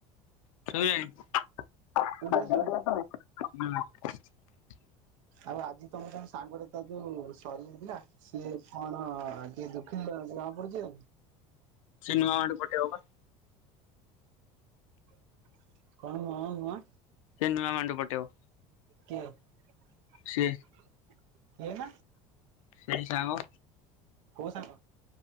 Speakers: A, on the left; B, on the right.
A: କେଇଆଣି <unintelligible>
B: ଆସୁନି?
A: ନାଁ। <inaudible>
B: ଆଉ ଆଜି ତମେ କଣ ସାଙ୍ଗଟେ ତାର ଯୋଉ ସରିଯାଇଥିଲା ସିଏ କଣ ଟିକେ ଦୁଃଖୀତ ଜଣା ପଡୁଛି।
A: ସିନେମା ମଣ୍ଡୁ ପଟେଇବ ପା।
B: <inaudible> କଣ ହ ନୁଆ?
A: ସିନେମା ମାଣ୍ଡୁ ପଟେଇବ।
B: କିଏ <inaudible>
A: ସିଏ
B: ମୁଁ ନା।
A: ସେଇ ସାଙ୍ଗ।
B: କୋଉ ସାଙ୍ଗ?